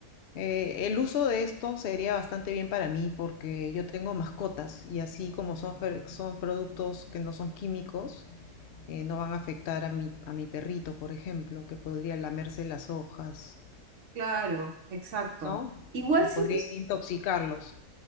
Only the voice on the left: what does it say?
eh, el uso de esto sería bastante bien para mí porque yo tengo mascotas y así como son, fer- son productos que no son químicos, eh, no van a afectar a mi, a mi perrito, por ejemplo, que podría lamerse las hojas,
¿no?
Y
podría intoxicarlos.